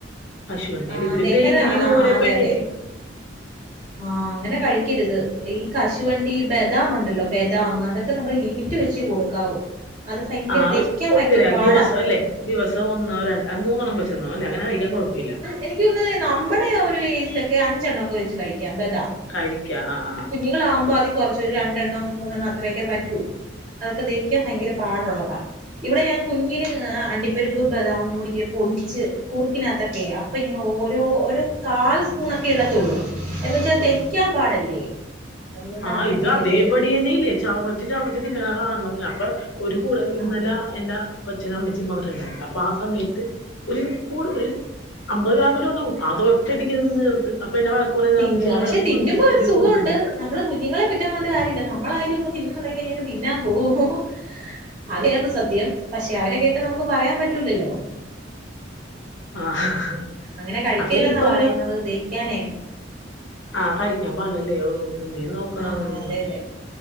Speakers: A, on the left; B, on the right.
A: കശുവണ്ടിയല്ല
B: ആഹ്
A: ഇത്
B: ദഹന
A: ഡെയിലി
B: ആഹ് ആഹ്
A: ഓരോ
B: അതെ
A: പാക്കറ്റ്
B: അതെ ആഹ് അങ്ങനെ കഴിക്കരുത് ഈ കശുവണ്ടി, ബദാം ഉണ്ടല്ലോ ബദാമ് അതൊക്കെ നമ്മള് ലിമിറ്റ് വച്ചെ കൊടുക്കാവൂ അത് ഭയങ്കര
A: ആഹ്
B: ദഹിക്കാൻ
A: <unintelligible> കൊത്തില്ല
B: ഭയങ്കര പാടാ.
A: ദിവസം അല്ലേ ദിവസം ഒന്നോ രണ്ട് മൂന്നെണം വെച്ചന്നോ അല്ലേ അങ്ങനെ കഴിക്കൻ കുഴപ്പില്ല
B: എനിക്കൊന്ന് നമ്മുടെ ഒരു ഏജിലൊക്കെ അഞ്ചെണ്ണഓക്കെ വെച്ച് കഴിക്കാം ബദാം
A: കഴിക്ക ആഹ് ആഹ് ആഹ്
B: കുഞ്ഞുങ്ങൾ ആവുമ്പോ അതി കുറച്ച് ഒരു രണ്ടെണ്ണം മൂന്നെണ്ണം അത്രയൊക്കെ പറ്റൂ അതൊക്കെ ദഹിക്കാ ഭയങ്കര പാടുള്ളത ഇവിടെ ഞാൻ കുഞ്ഞിന് അണ്ടിപ്പരിപ്പ് ബദാമും കൂടി ഇങ്ങനെ പൊടിച്ച് കുറുക്കിനകത്തൊക്കെയ അപ്പൊ ഇങ്ങനെ ഓരോ ഒരു കാൽ സ്പൂണൊക്കേ ഇടത്തൊള്ളൂ എന്ന് വെച്ചാൽ ദഹിക്കാൻ പാടല്ലേ <unintelligible>
A: ആഹ്
B: അങ്ങനെ
A: ഇത്
B: ചെയ്യത്തുള്ളൂ
A: അതേ ബടിയന്നേ ഇല്ലേ ചവച്ച് ചവച്ച് തിന്നണ കാണണം അപ്പൊ ഒരു കൂടെ ഇന്നല
B: ആഹ്
A: എന്റാ അപ്പച്ചനും അമ്മച്ചീ വന്നിട്ടുണ്ടായി അപ്പൊ ആ സമയത്ത് ഒരു കൂടെ ഒരു അമ്പത് ഗ്രാം വല്ലോ ഉണ്ടാവും അത് ഒറ്റടിക്ക് തിന്ന്തീർത്ത് അപ്പൊ എന്നെ വഴ കൊറേനാൾ
B: തിന്നുവാ
A: വെച്ച് എന്നെ
B: പക്ഷെ
A: വഴക്കുപറഞ്ഞു
B: തിന്നുമ്പോ
A: കൊച്ചിന്
B: ഒരു
A: ഇതു
B: സുഖമുണ്ട്
A: കൊടുക്കല്ലെന്ന്
B: നമ്മള് കുഞ്ഞുങ്ങളെ കുറ്റം പറഞ്ഞിട്ട് കാര്യല്ല നമ്മളായാലുംപ്പ തിന്നുന്നുണ്ടെങ്കി <unintelligible> തിന്നാൻ പോവോ അത് വെറൊരു സത്യം പക്ഷെ അവരെ കേക്ക നമുക്ക് പറയാൻ പറ്റൂലല്ലോ
A: ആഹ്
B: അങ്ങനെ കഴിക്കല്ലെന്നാ
A: അപ്പൊ ഈ കൊല്ലം
B: പറയുന്നത് ദഹിക്കാനേ
A: ആഹ് കഴിക്കാൻ പാടില്ലല്ലേ ഓഹ് ഇനീം നോക്കണം
B: ആഹ്
A: അങ്ങനെയൊന്ന്
B: അതെ അതെ